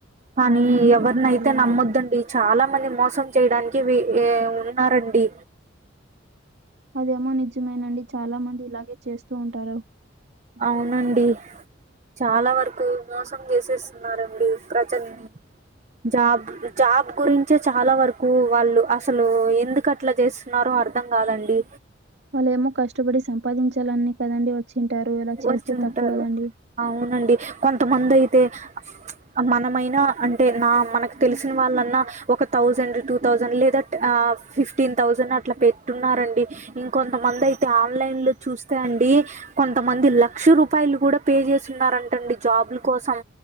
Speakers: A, on the right; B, on the right.
A: కానీ
B: అవునండి
A: ఎవర్నైతే
B: చూడాలండి.
A: నమ్మొద్దండి చాలా మంది మోసం చేయడానికి వి ఉన్నారండి
B: అదేమో నిజమేనండి చాలా మంది ఇలాగే చేస్తూ ఉంటారు
A: అవునండి చాలా వరకు మోసం చేసేస్తున్నారండి ప్రజల్ని జాబ్ జాబ్ గురించే చాలా వరకు వాళ్ళు అసలు ఎందుకట్లా చేస్ న్నారు అర్థం గాదండి
B: వాళ్ళేమో కష్టపడి సంపాదించాలని కదండి వచ్చింటారు ఇలా చేస్తే
A: వచ్చుంటారు
B: తప్పు గదండి
A: అవునండి కొంతమంది అయితే చ్ మనమైనా అంటే నా మనకు తెలిసిన వాళ్ళన్నా ఒక థౌజండ్ టూ థౌసండ్ లేదా అ ఫిఫ్టీన్ థౌజండ్ అట్లా పెట్టున్నారండి ఇంకా కొంతమంది అయితే ఆన్లైన్ లో చూస్తే అండి కొంతమంది లక్ష రూపాయలు గూడా పే చేసి ఉన్నారంటండి జాబ్ల కోసం